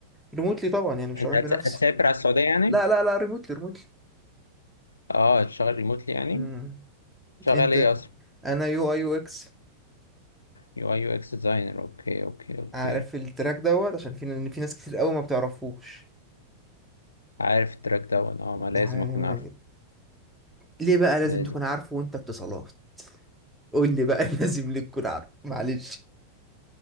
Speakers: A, in the centre; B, on the left.
A: ريموتلي طبعا يعني مش
B: انت
A: هروح
B: هت-
A: بنفسي
B: هتسافر على السعودية يعني
A: لا لا لا ريموتلي ريموتلي
B: اه هتشتغل ريموتلي يعني
A: امم
B: شغال
A: انت
B: ايه اصلا
A: انا يو اي يو اكس
B: يو اي يو اكس ديزاينر اوكي اوكي اوكي
A: عارف التراك دوت عشان في ان في ناس كتير قوي ما بتعرفوش
B: عارف التراك ده وانا اه
A: طب
B: ما لازم
A: دي حاجه
B: اكون
A: جميله
B: عارفه
A: جدا ليه بقى لازم
B: لازم
A: تكون عارفه وانت اتصالات قول لي بقى <laughs> لازم ليه تكون عارفه معلش